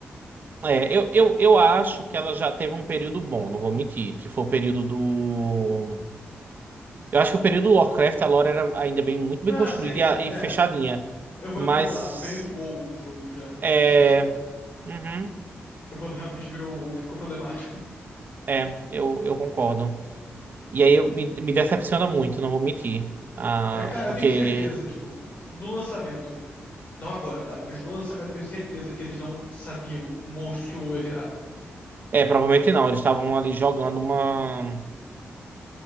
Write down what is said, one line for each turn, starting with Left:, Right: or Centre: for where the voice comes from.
Right: É, eu, eu, eu acho que ela já teve um período bom, não vou mentir, que foi o período do. Eu acho que o período do Warcraft, a lore era ainda bem, muito
Left: Não,
Right: bem construída
Left: sim, sim.
Right: e, a- e
Left: É,
Right: fechadinha.
Left: eu vou
Right: Mas.
Left: reformular. O período WoW do jogo já,
Right: É.
Left: já, tipo,
Right: uhum,
Left: foi quando realmente virou o WoW que ficou problemático. <laughs>
Right: é, eu, eu concordo. E aí eu, me, me decepciona muito, não vou mentir. Ah,
Left: É, cara,
Right: porque.
Left: eu tenho certeza, tipo, no lançamento, não agora, claro, mas no lançamento eu tenho certeza que eles não sabiam o monstro que o WoW ia virar.
Right: É, provavelmente não, eles estavam ali jogando uma.